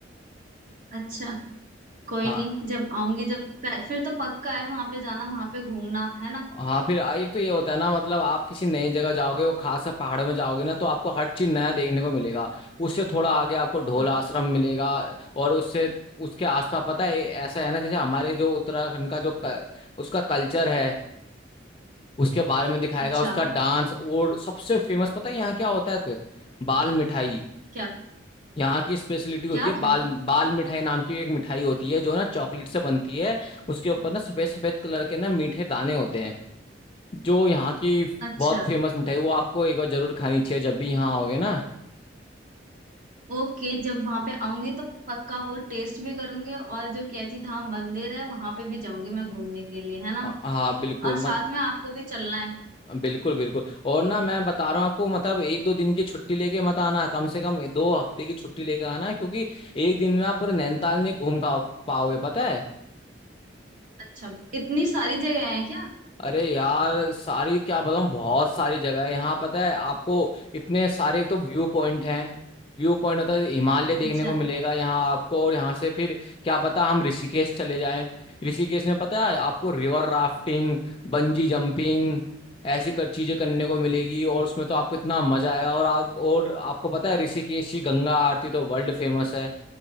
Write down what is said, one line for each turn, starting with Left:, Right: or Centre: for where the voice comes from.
Right: अच्छा कोई
Left: हाँ
Right: नहीं जब आऊंगी जब फिर तो पक्का है वहां पे जाना वहां पे घूमना है ना
Left: हाँ फिर आ- एक तो ये होता है ना मतलब आप किसी नई जगह जाओगे वो खासकर पहाड़ों में जाओगे ना तो आपको हर चीज नया देखने को मिलेगा उससे थोड़ा आगे आपको ढोल
Right: हाँ
Left: आश्रम मिलेगा और उससे उसके आसपास पता है ऐसा है ना जैसे हमारे जो उत्तराखंड का जो क- उसका कल्चर है उसके <laughs> बारे में दिखाएगा
Right: अच्छा
Left: उसका डांस और सबसे फेमस पता है यहाँ क्या होता है क- बाल मिठाई
Right: क्या
Left: यहाँ की स्पेशलिटी होती
Right: क्या
Left: है बाल
Right: बात
Left: बाल मिठाई नाम की एक मिठाई होती है जो ना चॉकलेट से बनती है उसके ऊपर
Right: है।
Left: ना सफेद सफेद कलर के ना मीठे दाने होते हैं जो यहाँ की
Right: अच्छा
Left: बहुत फेमस मिठाई वो आपको एक बार जरूर खानी चाहिए जब भी यहाँ आओगे ना
Right: ओके जब वहां पे आऊंगी तो पक्का वो टेस्ट भी करूंगी और जो कैची धाम मंदिर है वहां पे भी जाऊंगी मैं घूमने के लिए है ना
Left: अ- हाँ बिल्कुल
Right: और
Left: मत
Right: साथ में आपको भी चलना है
Left: बिल्कुल बिल्कुल और ना मैं बता रहा हूँ आपको मतलब एक दो दिन की छुट्टी लेके मत आना कम से कम दो हफ्ते की छुट्टी लेके आना क्योंकि एक दिन में आप पूरे नैनीताल नहीं घूम का- पाओगे पता है
Right: अच्छा इतनी सारी जगह है क्या
Left: अरे यार सारी क्या बताऊं बहुत सारी जगह है यहाँ पता है आपको इतने सारे एक तो व्यू पॉइंट हैं व्यू पॉइंट होता है हिमालय देखने
Right: अच्छा
Left: को मिलेगा यहाँ आपको और यहाँ से फिर क्या पता हम ऋषिकेश चले जाएं ऋषिकेश में पता है आपको रिवर राफ्टिंग बंजी जंपिंग ऐसी कर चीजें करने को मिलेगी और उसमें तो आपको इतना मजा आएगा और आप और आपको पता है ऋषिकेश की गंगा आरती तो वर्ल्ड फेमस है